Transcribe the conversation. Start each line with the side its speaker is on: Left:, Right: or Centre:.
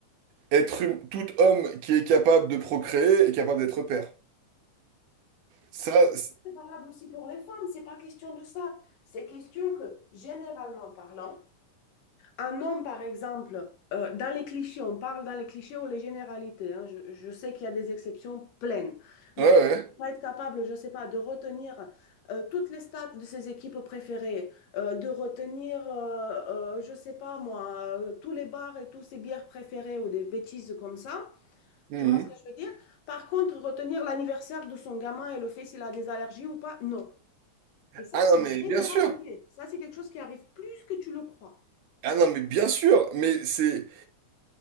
Right: être, hum- tout homme qui est capable de procréer est capable d'être père. Ça, c'est-
Left: c'est valable aussi pour les femmes, c'est pas question de ça. C'est question que, généralement parlant, Un homme, par exemple, euh, dans les clichés, on parle dans les clichés ou les généralités, hein, je, je sais qu'il y a des exceptions pleines, mais
Right: ouais, ouais.
Left: on va être capable, je ne sais pas, de retenir euh, toutes les stats de ses équipes préférées, euh, de retenir, euh, euh, je ne sais pas moi, euh, tous les bars et tous ses bières préférées ou des bêtises comme ça.
Right: Mhm.
Left: Tu vois ce que je veux dire? Par contre, retenir l'anniversaire de son gamin et le fait s'il a des allergies ou pas, non. Et ça,
Right: Ah
Left: c'est
Right: non,
Left: une
Right: mais
Left: généralité.
Right: bien sûr.
Left: Ça, c'est quelque chose qui arrive plus que tu le crois.
Right: Ah non, mais bien sûr. Mais c'est